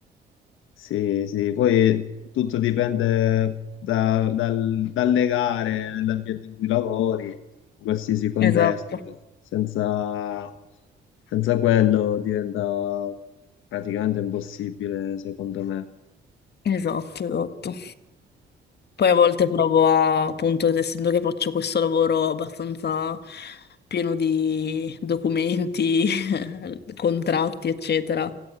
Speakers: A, on the left; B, on the left.
A: Sì, sì, poi tutto dipende da- dal- dalle gare, nell'ambiente in cui lavori, in qualsiasi contesto.
B: Esatto.
A: Senza, senza quello diventa praticamente impossibile, secondo me.
B: Esatto, esatto. Poi a volte provo a, appunto, essendo che faccio questo lavoro abbastanza pieno di documenti, eh, contratti, eccetera.